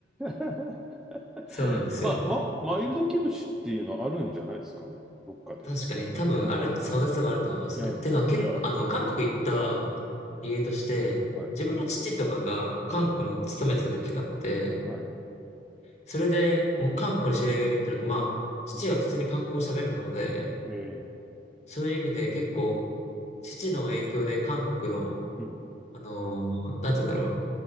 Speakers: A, in the centre; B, on the left.
A: <laughs>
B: そうなんですよ。
A: まあ、まあ、マイルドキムチっていうのあるんじゃないですかどっかで。
B: 確かに、多分ある、
A: うん。
B: 探せばあると思いますね。
A: いや、
B: っていうのは結構、
A: うんいや、ありそう。
B: あの、韓国行った理由として、
A: うん。うん。はい。
B: 自分の父とかが韓国に勤めてた時があって、
A: はい。はい。
B: それでもう韓国の知り合いがいるっていうのと、まあ、父は普通に韓国語喋るので、
A: うんえー
B: そういう意味で結構、父の影響で韓国の
A: うん。
B: あのー、なんて言うんだろう。